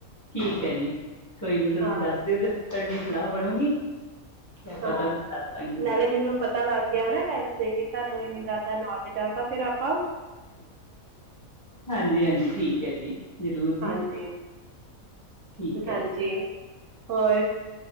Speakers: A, on the left; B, on the right.
A: ਠੀਕ ਹੈ ਜੀ ਕੋਈ ਨੀ ਤੁਸੀਂ
B: ਹਾਂ
A: ਦੱਸ ਦਿਓ ਜਦੋਂ ਤੁਹਾਡੀੇ ਸਲਾਹ ਬਣੂਗੀ। ਤੇ ਆਪਾਂ
B: ਹਾਂ
A: ਤੁਹਾਨੂੰ ਦੱਸ ਦਾਂਗੇ ਜੀ
B: ਨਾਲੇ ਮੈਨੂੰ ਪਤਾ ਲੱਗ ਲੱਗ ਗਿਆ ਟਮ ਸੇ ਕੀ ਤਾਂਨੂੰ ਇੰਨੀ ਜਾਦਾ ਨੌਲੇਜ ਹੈ ਫਿਰ ਆਪਾ
A: ਹਾਂਜੀ-ਹਾਂਜੀ ਠੀਕ ਹੈ ਜੀ ਜ਼ਰੂਰ ਜੀ।
B: ਹਾਂਜੀ
A: ਠੀਕ
B: ਹਾਂਜੀ
A: ਹੈ।
B: ਹੋਰ